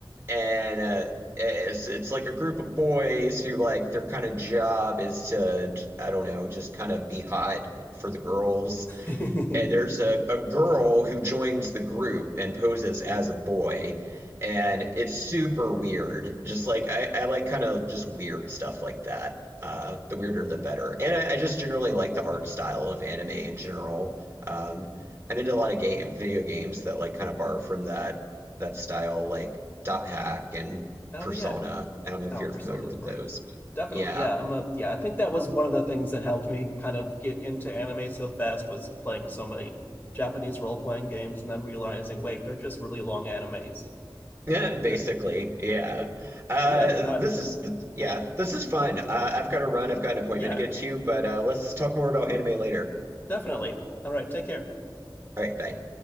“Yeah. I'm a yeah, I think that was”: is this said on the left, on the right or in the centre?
Left